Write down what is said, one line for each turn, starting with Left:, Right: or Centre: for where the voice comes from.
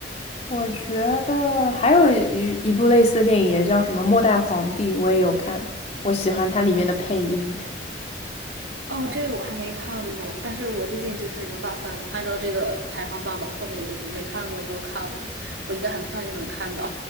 Left: 我觉得还有一一部类似的电影也叫什么《末代皇帝》，我也有看，我喜欢它里面的配音，
Right: 哦，这个我还没看过，但是我最近就是有打算按照这个排行榜吧，后面就是没看过都看了，我应该很快就能看到